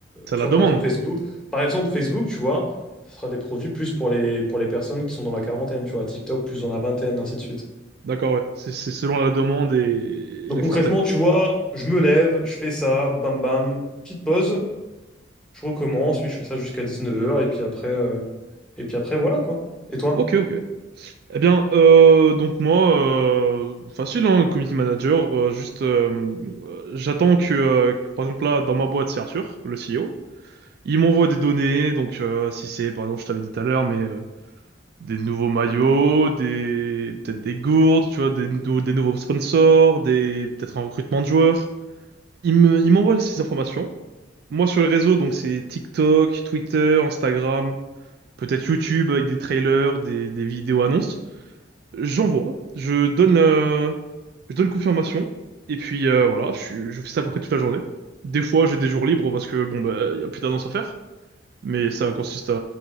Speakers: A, on the right; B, in the centre.
A: Ça
B: tu
A: la
B: vois,
A: demande.
B: par exemple Facebook, par exemple Facebook, tu vois, ce sera des produits plus pour les, pour les personnes qui sont dans la quarantaine, tu vois, TikTok plus dans la vingtaine, ainsi de suite.
A: D'accord, ouais. C'est c'est selon la demande et,
B: Donc
A: et la
B: concrètement,
A: clientèle.
B: tu vois, je me lève, je fais ça, bam bam, petite pause, je recommence, puis je fais ça jusqu'à dix-neuf heures et puis après, euh, et puis après, voilà quoi. Et toi?
A: Ok, ok. Eh bien, euh, donc moi, euh, facile, hein, community manager, euh, juste, euh, euh, j'attends que, euh, que, par exemple, là, dans ma boîte, c'est Arthur, le CEO. Il m'envoie des données, donc euh, si c'est, par exemple, je t'avais dit tout à l'heure, mais euh, des nouveaux maillots, des peut-être des gourdes, tu vois, des, nou- des nouveaux sponsors, des peut-être un recrutement de joueurs. Il me, il m'envoie ces informations. Moi sur les réseaux, donc c'est TikTok, Twitter, Instagram, peut-être YouTube avec des trailers, des, des vidéos annonces. J'envoie, je donne, euh, je donne confirmation et puis euh, voilà, je, suis- je fais ça à peu près toute la journée. Des fois, j'ai des jours libres parce que bon bah il y a plus d'annonces à faire, mais ça consiste à,